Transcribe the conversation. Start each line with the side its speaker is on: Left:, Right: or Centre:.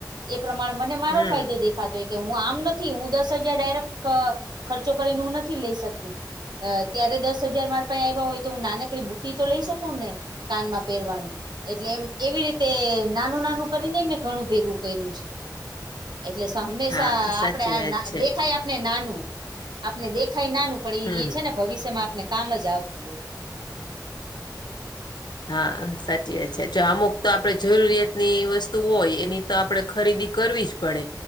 Right: એ પ્રમાણે મને મારો
Left: હમ
Right: ફાયદો દેખાય છે. થતો કે હું આમ નથી, હું દસ હજાર રૂપિયા ડાયરેક્ટ ખર્ચો કરીને નથી લઈ શકતી... ત્યારે દસ હજાર રૂપિયા ભેગા થયા હોય તો હું નાનકડી બુટ્ટી તો લઈ શકું ને કાનમાં પહેરવાની એટલે, એમ એવી રીતે. નાનું-નાનું કરીને મેં ઘણું ભેગું કર્યું છે. એટલે હંમેશાં
Left: હા
Right: આપણને
Left: સાચી વાત
Right: નાનું-નાનું
Left: છે
Right: દેખાય, નાનું પણ
Left: હમ
Right: એ છે ને, ભવિષ્યમાં આપણને કામ જ આવતું હોય
Left: હા, સાચી વાત છે. અમુક તો આપણી જરૂરિયાતની વસ્તુ હોય, એની તો આપણે ખરીદી કરવી જ પડે. પડે